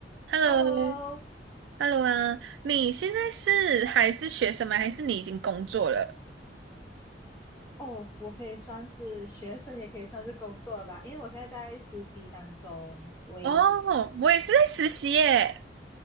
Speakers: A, on the right; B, on the left.
A: Hello，Hello
B: Hello，
A: 啊，你现在是还是学生吗？还是你已经工作了？
B: 哦，我可以算是学生，也可以算是工作了吧，因为我现在在实习当中。喂，
A: 哦，我也是在实习耶。